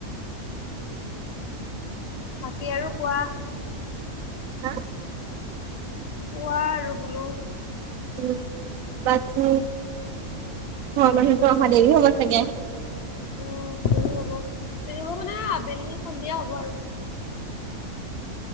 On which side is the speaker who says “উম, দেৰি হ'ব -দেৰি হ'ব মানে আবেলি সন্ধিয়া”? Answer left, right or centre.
Left